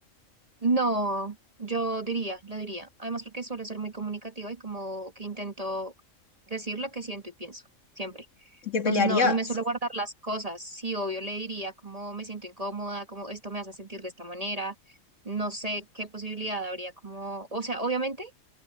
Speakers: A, on the right; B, on the left.
A: No, yo diría, lo diría. Además, porque suelo ser muy comunicativa y como que intento decir lo que siento y pienso, siempre.
B: ¿Y te
A: Entonces,
B: pelearías?
A: no, no me suelo guardar las cosas. Sí, obvio, le diría como me siento incómoda, como esto me hace sentir de esta manera. No sé qué posibilidad habría como, o sea, obviamente